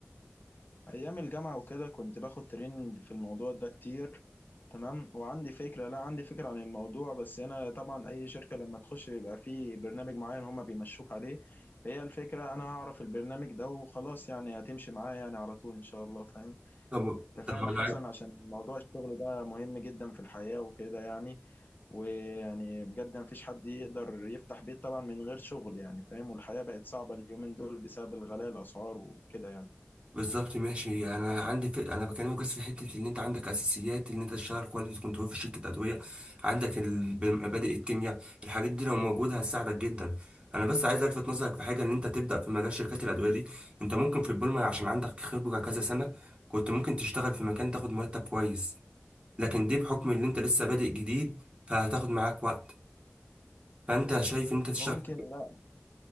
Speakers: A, on the left; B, on the right.
A: ايام الجامعه وكده كنت باخد تريننج في الموضوع ده كتير تمام وعندي فكره لا عندي فكره عن الموضوع بس هنا طبعا اي شركه لما تخش بيبقى في برنامج معين هما بيمشوك عليه فهي الفكره انا هعرف البرنامج ده وخلاص يعني هتمشي معايا يعني على طول ان شاء الله فاهم
B: طب
A: انت
B: طب
A: فاهم يا
B: انا
A: حسن
B: عارف-
A: عشان موضوع الشغل ده مهم جدا في الحياة وكده يعني ويعني بجد مفيش حد يقدر يفتح بيت طبعا من غير شغل يعني فاهم والحياة بقت صعبة اليومين دول بسبب الغلاء الأسعار وكده يعني
B: بالظبط ماشي انا عندي ف... انا بكلمك بس في حته ان انت عندك اساسيات ان انت تشتغل كواليتي كنترول في شركه ادويه عندك ال- مبادئ الكيمياء الحاجات دي لو موجوده هتساعدك جدا انا بس عايز الفت نظرك في حاجه ان انت تبدا في مجال شركات الادويه دي انت ممكن في البولما عشان عندك خبره كذا سنه كنت ممكن تشتغل في مكان تاخد مرتب كويس لكن دي بحكم ان انت لسه بادئ جديد فهتاخد معاك وقت فانت شايف ان انت تشتغل
A: ممكن لا